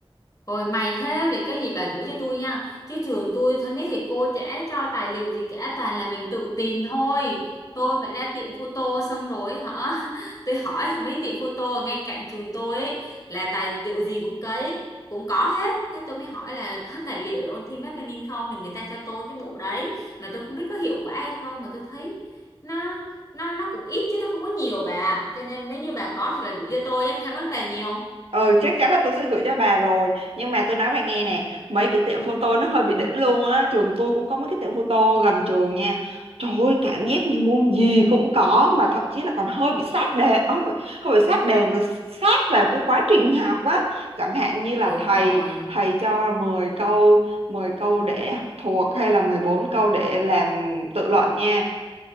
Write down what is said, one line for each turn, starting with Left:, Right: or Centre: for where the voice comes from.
Left: Rồi mày thế vậy có gì bà gửi cho tôi nha Chứ trường tôi thấy mấy thầy cô chả cho tài liệu gì cả Toàn là mình tự tìm thôi Tôi phải ra tiệm photo xong rồi hả <laughs> Tôi hỏi mấy tiệm photo ở ngay cạnh trường tôi ấy Là tài liệu gì cũng cấy Cũng có hết Thế tôi mới hỏi là có tài liệu để ôn thi Mác Lênin không Thì người ta cho tôi cái bộ đấy Mà tôi không biết có hiệu quả hay không Mà tôi thấy nó nó nó cũng ít chứ nó không có nhiều bà ạ. Cho nên nếu như bà có thì bà gửi cho tôi nhé Cảm ơn bà nhiều
Right: ờ chắc chắn là tôi sẽ gửi cho bà rồi nhưng mà tôi nói bà nghe nè mấy cái tiệm photo nó hơi bị đỉnh luôn á trường tôi cũng có mấy cái tiệm photo gần trường nha trời ơi cảm giác như môn gì cũng có mà thậm chí là còn hơi bị sát đề không phải, không phải sát đề mà sát vào cái quá trình học á chẳng hạn như là
Left: Đúng
Right: thầy
Left: rồi
Right: thầy cho 10 câu 10 câu để học thuộc hay là 14 câu để làm tự luận nha